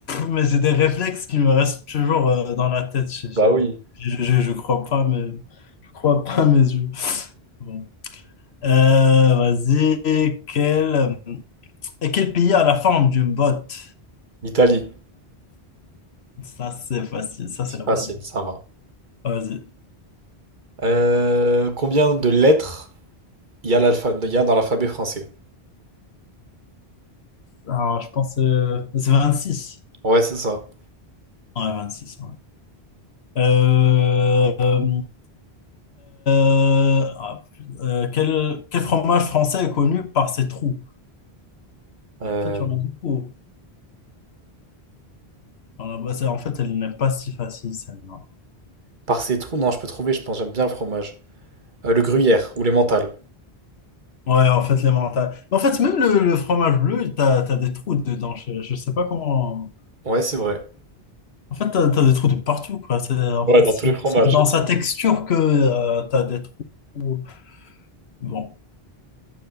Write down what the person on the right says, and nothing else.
Bah oui.
L'Italie.
C'est
facile,
ça va.
Euh, combien de lettres Il y a l'alpha, il y a dans l'alphabet français.
Ouais, c'est ça.
Euh,
par ces trous, non, je peux trouver, je pense, j'aime bien le fromage. Euh, le gruyère ou les mentales.
Ouais, c'est vrai.
Ouais,
dans
tous les fromages.